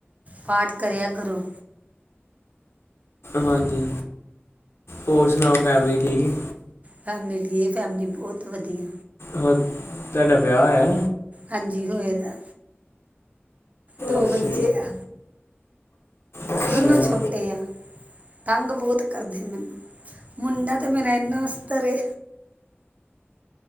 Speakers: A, on the right (about 35°); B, on the left (about 85°).
A: ਪਾਠ ਕਰਿਆ ਕਰੋ
B: ਹਾਂਜੀ ਹੋਰ ਸੁਣਾਓ ਫੈਮਲੀ ਠੀਕ
A: ਫੈਮਲੀ ਠੀਕ ਫੈਮਲੀ ਬਹੁਤ ਵਧੀਆ
B: ਹੋ ਤੁਹਾਡਾ ਵਿਆਹ ਹੋਇਆ
A: ਹਾਂਜੀ ਹੋਏਗਾ ਦੋ
B: ਅੱਛਾ
A: ਬੱਚੇ ਆ
B: ਅੱਛਾ
A: ਦੋਨੋਂ ਛੋਟੇ ਆ ਤੰਗ ਬਹੁਤ ਕਰਦੇ ਮੈਨੂੰ ਮੁੰਡਾ ਤੇ ਮੇਰਾ ਇਨਾ ਤਰੇ